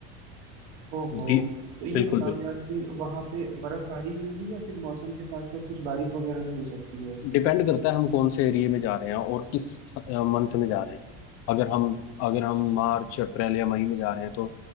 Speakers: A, on the right (about 80°); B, on the left (about 45°).
A: ओहो
B: डी
A: तो ये
B: बिल्कुल
A: बताओ
B: बिल्कुल
A: यार फिर वहां पे बर्फबारी ही होगी या फिर मौसम के साथ साथ कुछ बारिश वगैरह भी हो सकती है
B: डिपेंड करता है हम कौन से एरिया में जा रहे हैं और किस मंथ में जा रहे हैं अगर हम अगर हम मार्च अप्रैल या मई में जा रहे हैं तो